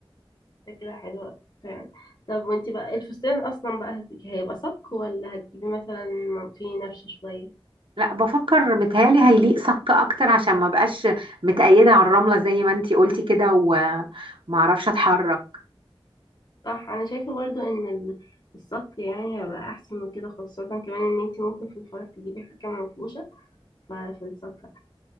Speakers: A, on the left; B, on the right.
A: فكرة حلوة فعلا طب وانتي بقى الفستان اصلا بقى هت- هيبقى صك ولا هتجيبي مثلا فيه نفش شوية
B: لا بفكر متهيالي هيليق صك اكتر عشان ما بقاش متقيده على الرمله زي ما انتي قلتي كده وما اعرفش اتحرك
A: صح انا شايفة برضو ان ال- الصك يعني هيبقى احسن وكده خاصة كمان ان انتي ممكن في الفرح تجيبي حاجة منفوشة في السكر